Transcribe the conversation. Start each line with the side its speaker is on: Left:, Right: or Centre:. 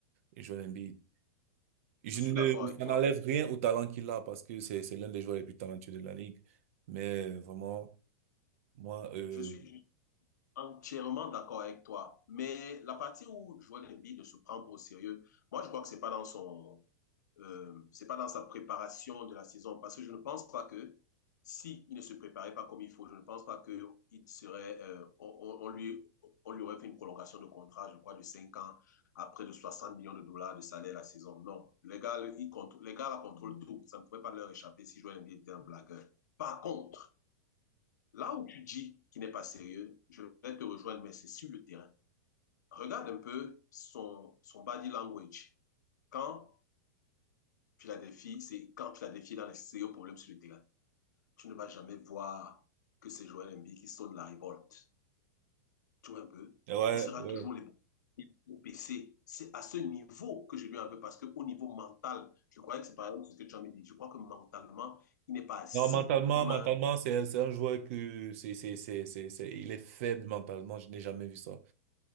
Right: un joueur NBA. Je
Left: Je suis
Right: ne,
Left: d'accord avec
Right: ça
Left: toi.
Right: n'enlève rien au talent qu'il a parce que c'est, c'est l'un des joueurs les plus talentueux de la ligue. Mais vraiment, moi, euh,
Left: Je suis, Entièrement d'accord avec toi. Mais la partie où Joel Embiid ne se prend pas au sérieux, moi, je crois que c'est pas dans son, euh, c'est pas dans sa préparation de la saison. Parce que je ne pense pas que si il ne se préparait pas comme il faut, je ne pense pas que il serait, euh, on, on- lui, on lui aurait fait une prolongation de contrat, je crois, de 5 ans à près de 60 millions de dollars de salaire la saison. Non. Les gars, ils contrôlent, les gars, la contrôlent tout. Ça ne pouvait pas leur échapper si Joel Embiid était un blagueur. Par contre, Là où tu dis qu'il n'est pas sérieux, je vais te rejoindre, mais c'est sur le terrain. Regarde un peu son, son body language. Quand Philadelphie, c'est quand Philadelphie est dans les sérieux problèmes sur le terrain, tu ne vas jamais voir que c'est Joel Embiid qui sonne la révolte. Tu vois un peu?
Right: ouais,
Left: Il sera
Right: ouais.
Left: toujours les baissé. C'est à ce niveau que je lui en veux parce qu'au niveau mental, je croyais que c'est par exemple ce que tu as dit. Je crois que mentalement, il n'est pas assis
Right: Non, mentalement,
Left: comme
Right: mentalement,
Left: un.
Right: c'est, c'est un joueur que c'est, c'est, c'est, c'est, c'est- il est faible mentalement. Je n'ai jamais vu ça.